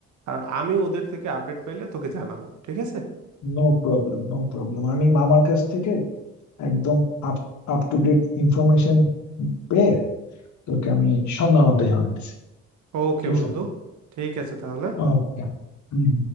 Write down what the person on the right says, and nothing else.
আর আমি ওদের থেকে আপডেট পেলে তোকে জানাবো ঠিক আছে
ওকে
বন্ধু ঠিক আছে তাহলে